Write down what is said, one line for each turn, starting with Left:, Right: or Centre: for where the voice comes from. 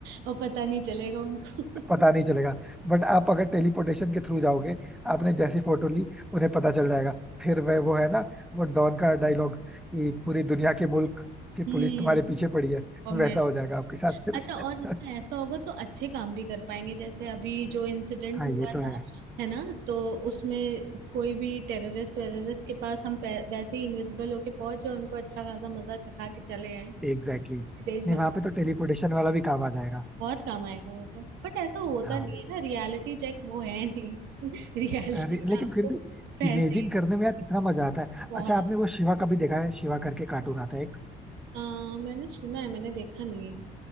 Right: और पता नहीं चलेगा उनको
Centre: पता
Right: <laughs>
Centre: नहीं चलेगा बट आप अगर टेलीपोर्टेशन के थ्रू जाओगे आपने जैसी फोटो ली उन्हें पता चल जाएगा फिर वह वो है ना वो डॉन का डायलॉग कि पूरी दुनिया के मुल्क की पुलिस
Right: हम्म
Centre: तुम्हारे पीछे पड़ी है
Right: और मैं
Centre: वैसा हो जाएगा आपके साथ फिर
Right: अच्छा और अच्छा
Centre: <laughs>
Right: ऐसा होगा तो अच्छे काम भी कर पाएंगे जैसे अभी जो इंसिडेंट
Centre: हाँ
Right: हुआ
Centre: ये
Right: था
Centre: तो है
Right: है ना तो उसमें कोई भी टेररिस्ट वेररिस्ट के पास हम पै- वैसे ही इनविजिबल होके पहुंचे और उनको अच्छा खासा मजा चखा के चले आए
Centre: Exactly exactly.
Right: देशभक्त
Centre: नहीं वहां पे तो टेलीपोर्टेशन वाला भी काम आ जाएगा
Right: बहुत काम आएगा वो तो बट ऐसा होता
Centre: हाँ
Right: नहीं है ना रियलिटी चेक वो है नहीं <laughs> रियलिटी
Centre: अरे
Right: में
Centre: लेकिन
Right: आपको
Centre: फिर भी
Right: पैसे
Centre: इमेजिन
Right: ही
Centre: करने
Right: दे-
Centre: में यार कितना मजा आता है
Right: बहुत
Centre: अच्छा आपने वो शिवा का भी देखा है शिवा करके कार्टून आता है
Right: आ, मैंने सुना है मैंने देखा नहीं है